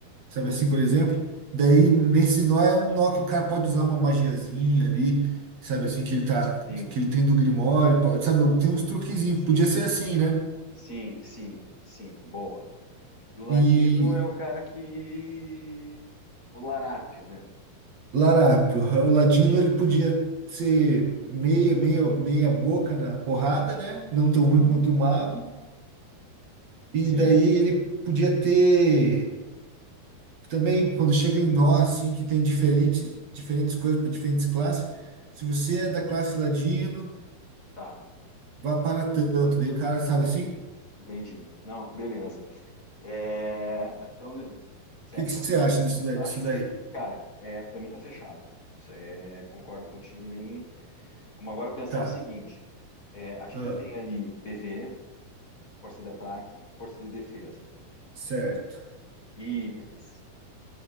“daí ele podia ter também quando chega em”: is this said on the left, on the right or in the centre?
Right